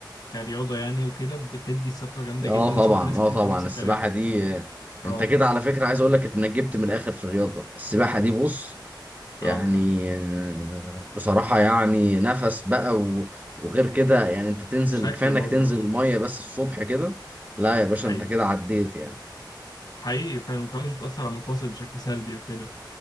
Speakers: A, on the left (about 55°); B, on the right (about 20°).
A: كرياضة يعني وكده بتدي ثقة جامدة
B: اه
A: جدا
B: طبعا
A: شفت ناس
B: اه
A: كتير
B: طبعا
A: بتقول نفس الكلام
B: السباحه دي آه،
A: اه
B: انت كده على فكره عايز اقول لك انك جبت من الاخر في الرياضه السباحه دي بص يعني
A: اه فعلا
B: آه، بصراحه يعني نفس بقى و- وغير كده يعني انت تنزل
A: شكل
B: كفايه انك
A: برضه
B: تنزل
A: اه
B: الميه بس الصبح كده لا يا باشا
A: حقيقي
B: انت كده عديت يعني
A: حقيقي فعلا وكمان مش بتأثر على المفاصل بشكل سلبي وكده